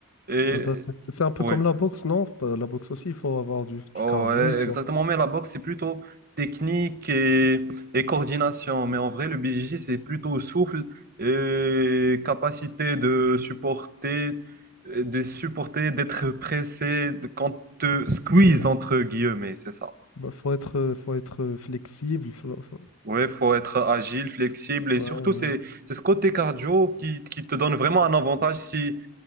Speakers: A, on the right (about 45°); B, on the left (about 80°).
A: Et
B: Ah bah, c'est c'est un peu
A: ouais.
B: comme la boxe, non? Bah, La boxe aussi, il faut avoir du, du
A: Ouais,
B: cardio, il faut,
A: exactement, mais la boxe, c'est plutôt technique et, et coordination. Mais en vrai, le BJJ, c'est plutôt souffle et capacité de supporter, euh, de supporter, d'être pressé de- quand te squeeze,
B: ouais.
A: entre guillemets, c'est ça.
B: Bah, faut être, euh, faut être euh, flexible. faut- faut-
A: Ouais, faut être agile, flexible et
B: Ouais,
A: surtout,
B: ouais,
A: c'est, c'est ce côté cardio qui, qui te donne vraiment un avantage si,